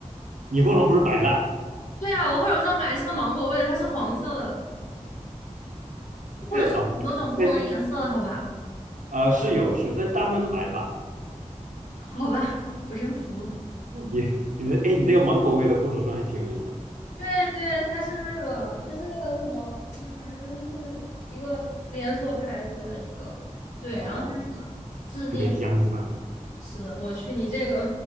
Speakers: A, on the right; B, on the left.
A: 你护手霜不是白的
B: 对啊，我护手霜买的是个芒果味的，它是黄色的，护手霜有很多种不同的颜色的，
A: 啊？那
B: 好吧？
A: 呃，是有是但大部分都白的吧？
B: 好吧，我真服了。
A: 嗯你你的哎，你这个芒果味的护手霜还挺有意思的
B: 对对，它是那个，它是那个什么，嗯，反正就是一个连锁牌子的一个，对，
A: 哦，
B: 然后它那个质地还
A: 特别香是吧？
B: 是的，我去，你这个